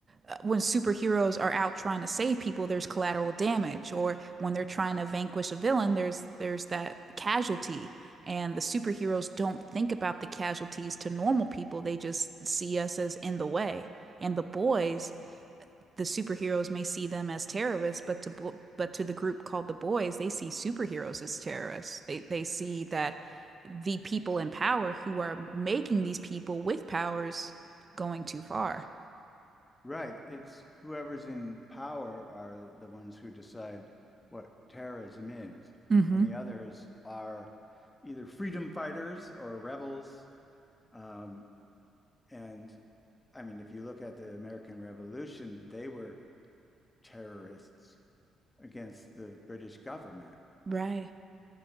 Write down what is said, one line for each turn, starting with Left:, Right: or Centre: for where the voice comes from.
Right: uh, when superheroes are out trying to save people, there's collateral damage, or when they're trying to vanquish a villain, there's there's that casualty, and the superheroes don't think about the casualties to normal people. They just see us as in the way. And the boys, the superheroes may see them as terrorists, but to bo- but to the group called the boys, they see superheroes as terrorists. They they see that the people in power who are making these people with powers going too far.
Left: Right. It's whoever's in power are the ones who decide what terrorism is,
Right: Mm-hmm.
Left: and the others are either freedom fighters or rebels. Um, and I mean, if you look at the American Revolution, they were terrorists against the British government.
Right: Right.